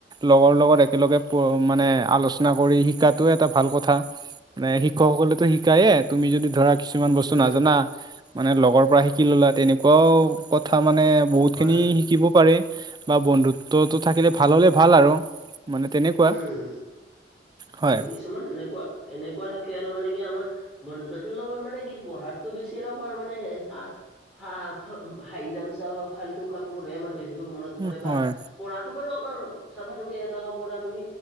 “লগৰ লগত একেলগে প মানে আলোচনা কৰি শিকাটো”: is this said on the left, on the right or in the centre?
Right